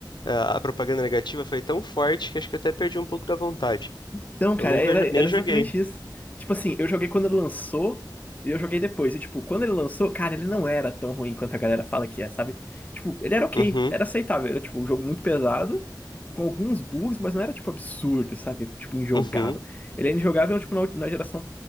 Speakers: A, on the left; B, on the left.
A: A a propaganda negativa foi tão forte que acho que eu até perdi um pouco da vontade.
B: Então, cara,
A: Eu nunca
B: era,
A: jo-
B: era
A: nem
B: exatamente
A: joguei.
B: isso. Tipo assim, eu joguei quando ele lançou e eu joguei depois. E, tipo, quando ele lançou, cara, ele não era tão ruim quanto a galera fala que é, sabe? Tipo, ele era ok,
A: Uhum,
B: era aceitável. Era, tipo, um jogo muito pesado, com alguns bugs, mas não era, tipo, absurdo, sabe? Tipo, injogável.
A: uhum.
B: Ele é injogável, tipo, na, na geração